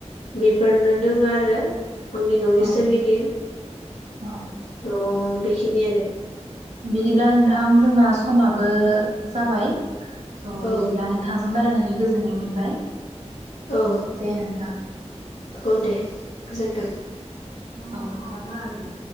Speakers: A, on the left; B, on the right.
A: बेफोरनो दोङ आरो‌। आंनि न'नि
B: औ
A: सोरगिदिं
B: औ
A: त बेखिनियानो।
B: दिब्ला नोंथां जोंना समाबो जाबाय। स' बिदिब्ला
A: औ
B: नोंथांजों रायलायनानै गोजोननाय मोनबाय।
A: औ
B: दे नोंथां।
A: औ दे गोजोन्थों।
B: रुमाव <inaudible> हाबा गारानो